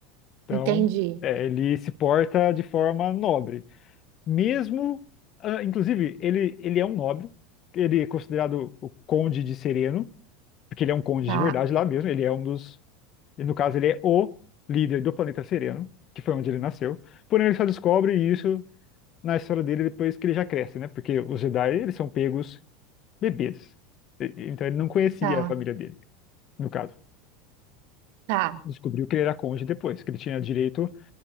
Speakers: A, on the left (about 40°); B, on the right (about 60°).
A: Então,
B: entendi,
A: é, ele se porta de forma nobre. Mesmo, ah, inclusive, ele, ele é um nobre, ele é considerado o conde de Sereno, porque ele é um conde
B: tá,
A: de verdade lá mesmo, ele é um dos E no caso, ele é o líder do planeta Sereno, que foi onde ele nasceu. Porém, ele só descobre isso na história dele depois que ele já cresce, né? Porque os Jedi, eles são pegos bebês. E- Então, ele não conhecia
B: tá.
A: a família dele, no caso.
B: Tá.
A: Descobriu que ele era cônjuge depois, que ele tinha direito